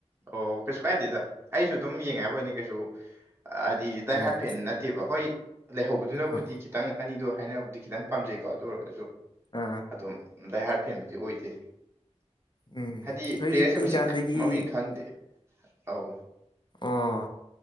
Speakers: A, on the right; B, on the left.
A: ꯑꯣ ꯀꯩꯁꯨ ꯀꯥꯏꯗꯦꯗ ꯑꯩꯁꯨ ꯑꯗꯨꯝ ꯌꯦꯡꯉꯦ ꯍꯥꯏꯕꯣꯏꯅꯦ ꯀꯩꯁꯨ ꯍꯥꯏꯗꯤ ꯗꯥꯏ
B: ꯎꯝ
A: ꯍꯥꯔꯐꯦꯟ ꯅꯠꯇꯦ ꯅꯠꯇꯦꯕ ꯍꯣꯏ ꯂꯩꯍꯧꯕꯗꯨꯅꯕꯨꯗꯤ
B: ꯍꯣꯏ
A: ꯈꯤꯇꯪ ꯑꯅꯤꯗꯣ ꯍꯥꯏꯅꯕꯕꯨꯗꯤ ꯈꯤꯇꯪ ꯄꯥꯝꯖꯩꯀꯣ ꯑꯗꯨ ꯑꯣꯏꯔꯒꯁꯨ
B: ꯑꯥ
A: ꯑꯗꯨꯝ ꯗꯥꯥꯏꯍꯥꯔ ꯐꯦꯡꯕꯗꯤ ꯑꯣꯏꯗꯦ
B: ꯎꯝ
A: ꯍꯥꯏꯗꯤ
B: ꯑꯩꯈꯣꯏꯒꯤ
A: ꯄ꯭ꯂꯦꯌꯔꯁꯦ
B: ꯄꯤꯛꯏꯀꯥꯟꯗꯒꯤ
A: ꯃꯁꯤꯡ ꯃꯃꯤꯡ ꯈꯪꯗꯦ ꯑꯧ
B: ꯑꯣ